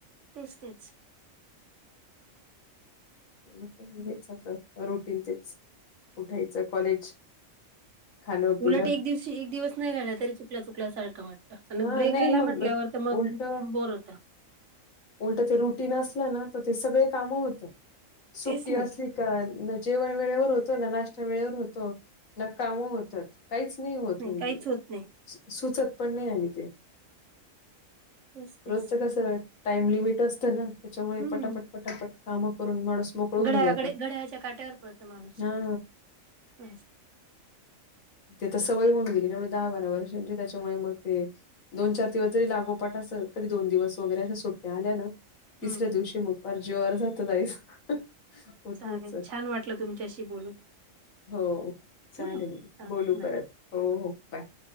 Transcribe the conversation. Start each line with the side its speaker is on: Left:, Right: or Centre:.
Right: तेच तेच
Left: म हेच आपलं रोटीन तेच कुठायचं कॉलेज खाणं पिणं
Right: उलट एक दिवशी एक दिवस नाही राहिलं तरी चुकल्या चुकल्यासारखं वाटतं आणि
Left: हा
Right: ब्रेक
Left: नाही
Right: आला
Left: मग
Right: म्हटल्यावर तर मग
Left: उलट
Right: बोर होता
Left: उलट ते रुटीन असलं ना तर ते सगळे कामं होतात सुट्टी
Right: तेच ना
Left: असली जेवण वेळेवर होतो ना नाश्ता वेळेवर होतो ना काम होतात काहीच नाही होत म्हणजे
Right: काहीच होत नाही
Left: सुचत पण नाही आणि ते
Right: तेच तेच
Left: रोजच कस टाइम लिमिट असतं ना त्याच्यामुळे
Right: हं.
Left: पटापट पटापट कामं करून माणूस मोकळून
Right: घड्याळाकडे
Left: जात
Right: घड्याळाच्या काट्यावर पळतो माणूस
Left: हा
Right: हं
Left: ते तर सवय होऊन गेलीवढ दहा बारा वर्षांची त्याच्यामुळे मग ते दोन चार दिवस जरी लागोपाट असं कधी दोन दिवस वगैरे अशा सुट्ट्या आल्या ना तिसऱ्या
Right: हं.
Left: दिवशी मग फार जीवर जात जायचं उठायचं
Right: चालेल छान वाटलं तुमच्याशी बोलून
Left: हो
Right: ठेवू
Left: चालेल
Right: मग हा
Left: बोलू
Right: बाय
Left: परत हो हो बाय